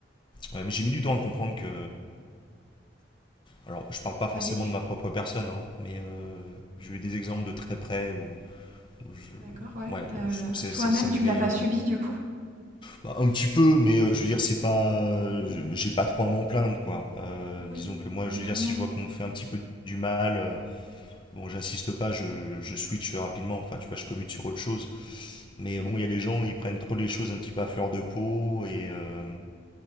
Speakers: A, on the left; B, on the right.
A: ouais, mais j'ai mis du temps à comprendre que. Alors, je parle pas
B: Bah,
A: forcément
B: T'as vécu.
A: de ma propre personne, hein, mais euh, j'ai eu des exemples de très près où, où je.
B: D'accord, ouais.
A: Ouais,
B: T'as-
A: je trouve que c'est,
B: Toi-même,
A: c'est, c'est mené
B: tu l'as pas
A: euh,
B: subi, du coup?
A: bah, un petit peu, mais euh, je veux dire, c'est pas. euh, je- j'ai pas trop à m'en plaindre, quoi. Euh,
B: Oui,
A: disons que moi,
B: comme
A: je veux
B: tout
A: dire,
B: le
A: si
B: monde.
A: je vois qu'on me fait un petit peu du mal. euh, Bon, j'insiste pas, je, je switch rapidement, enfin, tu vois, je commute sur autre chose. Mais
B: Oui.
A: euh, bon, il y a des gens, ils prennent trop les choses un petit peu à fleur de peau, et, euh,